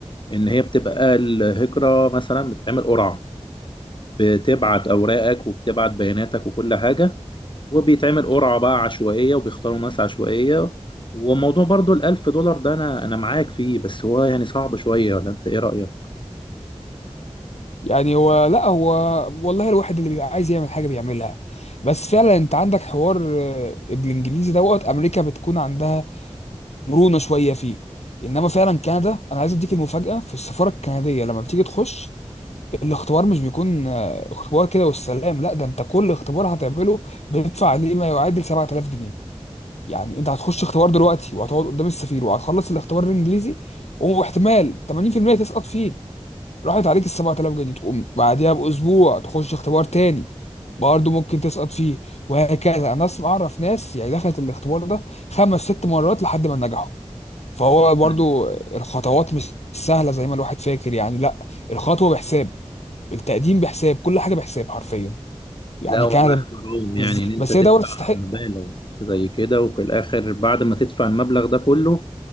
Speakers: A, on the left; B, on the left.
A: ان هي بتبقى الهجرة مثلا بتتعمل قرعة بتبعت اوراقك وبتبعت بياناتك وكل حاجه وبيتعمل قرعه بقى عشوائيه وبيختاروا ناس عشوائيه وموضوع برضو الألف دولار ده أنا أنا معاك فيه بس هو يعني صعب شوية ولا أنت إيه رأيك؟
B: يعني هو لا هو والله الواحد اللي بيبقى عايز يعمل حاجه بيعملها بس فعلا انت عندك حوار آه، الانجليزي دوت امريكا بتكون عندها مرونه شويه فيه انما فعلا كندا انا عايز اديك المفاجاه في السفاره الكنديه لما بتيجي تخش الاختبار مش بيكون آه، اختبار كده والسلام لا ده انت كل اختبار هتعمله بتدفع عليه ما يعادل 7000 جنيه يعني انت هتخش اختبار دلوقتي وهتقعد قدام السفير وهتخلص الاختبار الانجليزي واحتمال 80% تسقط فيه راحت عليك ال 7000 جنيه تقوم بعديها باسبوع تخش اختبار تاني برضه ممكن تسقط فيه وهكذا انا اسمع اعرف ناس يعني دخلت الاختبار ده خمس ست مرات لحد ما نجحوا فهو برضه
A: مم.
B: الخطوات مش سهلة زي ما الواحد فاكر يعني لا الخطوة بحساب التقديم بحساب كل حاجه بحساب حرفيا يعني
A: لا والله
B: كندا
A: حرام يعني إن أنت
B: بس
A: تدفع
B: هي دوله تستحق
A: مبالغ زي كده وفي الآخر بعد ما تدفع المبلغ ده كله